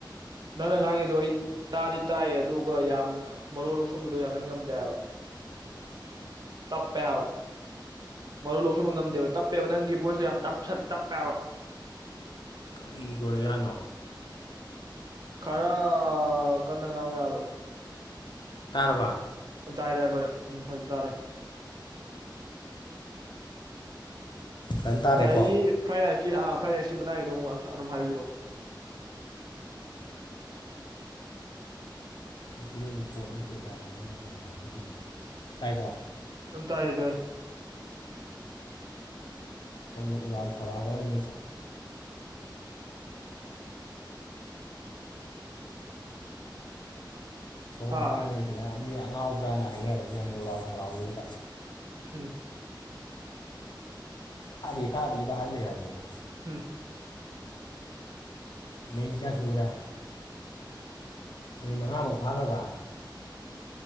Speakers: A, on the right; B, on the left.
A: ꯅꯪꯅ ꯉꯥꯡꯉꯤꯗꯣ ꯑꯩ ꯇꯥꯗꯤ ꯇꯥꯏꯌꯦ ꯑꯗꯨꯒ ꯌꯥꯝ ꯃꯔꯣ ꯂꯧꯁꯟꯕꯗꯣ ꯌꯥꯡ ꯀꯟ ꯉꯝꯗꯦꯕ
B: ꯎꯝ
A: ꯇꯞꯄꯦ ꯃꯔꯨ ꯂꯧ ꯁꯕ ꯉꯝꯗꯦꯕꯞ ꯇꯞꯄꯦꯕ ꯅꯪꯒꯤ ꯕꯣꯠꯁꯨ ꯌꯥꯝꯞ ꯇꯞꯄꯦꯕ
B: ꯀꯔꯤꯒꯖꯥꯠꯅꯣ
A: ꯈꯔ ꯀꯟꯅ ꯉꯥꯡꯕ ꯌꯥꯔꯣ
B: ꯇꯔꯔꯕ
A: ꯇꯥꯏ ꯇꯌꯦ ꯐ ꯐꯖ ꯇꯔꯦ
B: ꯐꯖꯅ ꯇꯥꯔꯦꯀꯣ
A: ꯁꯥꯏ ꯐ꯭ꯔꯥꯏ ꯔ ꯐ꯭ꯔꯥꯏ ꯔꯥꯏꯁꯀꯤ ꯃꯇꯥꯡꯒꯤꯗꯨꯛ ꯑꯗꯨꯝ ꯍꯥꯏꯕꯤꯔꯛꯑꯣ
B: ꯀꯩꯁꯨ ꯂꯩꯣꯏꯕ ꯄꯣꯠ ꯅꯠꯇꯦꯗ ꯅ ꯍꯩꯖꯒꯗꯤ ꯇꯥꯏꯀꯣ
A: ꯑ ꯇꯑ ꯇꯑ
B: ꯀꯅ ꯎꯗꯥꯥꯎ ꯊꯔꯕ ꯅ ꯊꯣꯔꯄꯥꯏꯅ
A: ꯍꯥ
B: ꯂꯩꯁꯤꯜꯂ ꯃꯤ ꯑꯉꯥꯎꯕ꯭ꯔꯥꯅ ꯍꯥꯏꯅꯔꯒ ꯌꯥꯝꯅ ꯎꯔꯥꯎ ꯊꯔꯥꯎꯕꯒꯤꯗ
A: ꯍꯝ
B: ꯑꯗ ꯊꯥꯗꯗ ꯍꯥꯏꯗ ꯌꯥꯔꯦꯗ
A: ꯍꯝ
B: ꯃꯤ ꯀꯌꯥ ꯆꯨꯔ ꯃꯤ ꯃꯉꯥꯃꯨꯛ ꯐꯥꯔꯕ